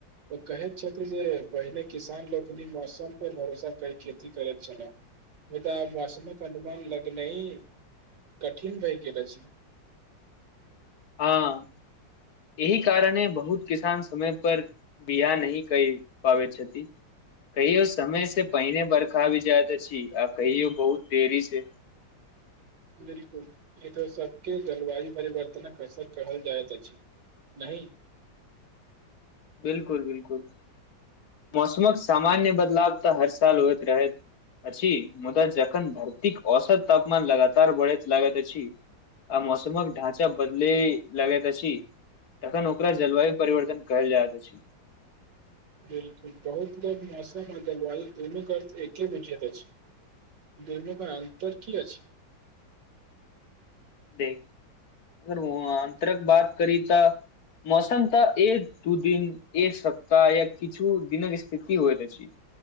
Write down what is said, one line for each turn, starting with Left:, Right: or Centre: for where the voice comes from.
Right: कहैत छथि जे पहिने किसान लोकनि मौसम पे भरोसा क खेती करैत छलए नहि तऽ मौसमक अनुमान लगैनाइ कठिन भए गेल अछि
Left: हँ एहि कारणे बहुत किसान समय पर बिआह नहि करि पाबै छथि कहियो समय से पहिने बरखा आबि जाइत अछी आ कहियो बहुत देरी से
Right: बिल्कुल इ तऽ सबके जलवायु परिवर्तनक असर कहल जाइत अछि नहि
Left: बिल्कुल बिल्कुल मौसमक सामान्य बदलाव तऽ हर साल होइत रहैत अछि मुदा जखन धरतीक औसत तापमान लगातार बढ़ैत लागैत अछि आ मौसमक ढाँचा बदले लागैत अछि तखन ओकरा जलवायु परिवर्तन कहल जायत अछि
Right: बिल्कुल बहुत लोक मौसम आ जलवाय दुनूके अर्थ एके बुझैत अछि दुनू के अन्तर की अछि
Left: देख अगर अन्तरक बात करी तऽ मौसम तऽ एक दू दिन एक सप्ताह या किछु दिनक स्थिति होइत अछि